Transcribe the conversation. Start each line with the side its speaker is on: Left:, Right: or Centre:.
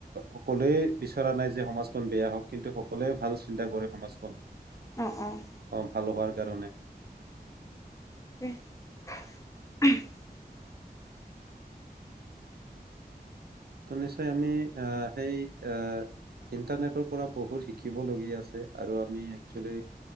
Right: সকলোৱে বিচৰা নাই যে সমাজখন বেয়া হওক, কিন্তু সকলোৱে ভাল চিন্তা কৰে সমাজখন।
Left: অ', অ'।
Right: ভাল হোৱাৰ কাৰণে।
Left: <unintelligible> <inaudible>
Right: ত নিশ্চয় আমি এ সেই এ ইণ্টাৰনেটৰ পৰা বহুত শিকিবলগীয়া আছে, আৰু আমি একচেলি